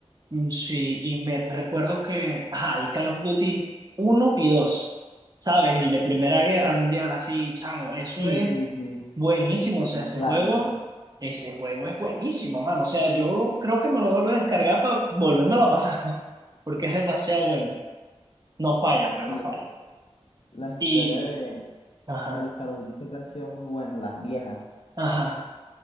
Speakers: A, on the right; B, on the left.
A: Mm, Sí, y me recuerdo que, ajá, el Call of Duty uno y dos ¿sabes? El de Primera Guerra Mundial, así, chamo, eso
B: Sí,
A: es
B: sí, sí,
A: buenísimo, o sea,
B: los
A: ese
B: clásicos.
A: juego, ese juego es buenísimo, mano, o sea, yo creo que me lo vuelvo a descargar para volvérmelo a pasar, <laughs> porque es demasiado bueno, no falla, pues,
B: Sí,
A: no falla.
B: las historias
A: Y,
B: de...
A: ajá,
B: de los Call of Duty siempre han sido muy buenos, las viejas.
A: ajá,